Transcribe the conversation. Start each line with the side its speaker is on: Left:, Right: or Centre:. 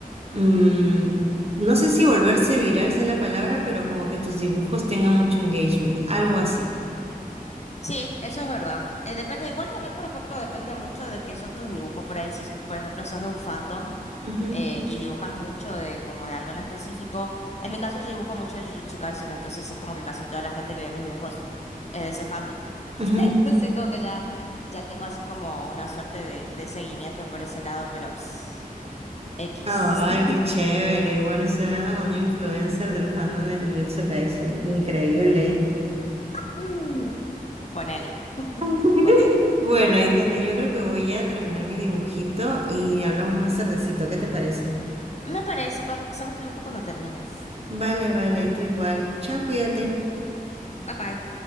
Right: mm, no sé si volverse viral sea la palabra, pero como que tus dibujos tengan mucho engagement, algo así.
Left: Sí, eso es verdad. Eh, depende, igual también, por ejemplo, depende mucho de qué son tus dibujos. Por ahí, si, por ejemplo, sos de un fandom.
Right: Ujú,
Left: eh, y dibujas mucho de como de algo en específico. En mi caso yo dibujo mucho de Jujutsu Kaisen, entonces es como que casi toda la gente que ve mis dibujos es de ese fandom.
Right: ujú,
Left: <laughs> Entonces
Right: ujú.
Left: como que ya, ya tengo así como una suerte de, de seguimiento por ese lado, pero ps, X.
Right: Ay,
Left: <laughs>
Right: qué chévere. Bueno, estoy hablando con un influencer del fandom de Jujutsu Kaisen. Increíble.
Left: Mm. Ponele,
Right: <laughs>
Left: ponele.
Right: Bueno, Aitana, yo creo que voy a terminar mi dibujito y hablamos más tardecito. ¿Qué te parece?
Left: Me parece, pásame tu dibujo cuando termines.
Right: Vale, vale, tú igual. Chao, cuídate.
Left: Bye bye.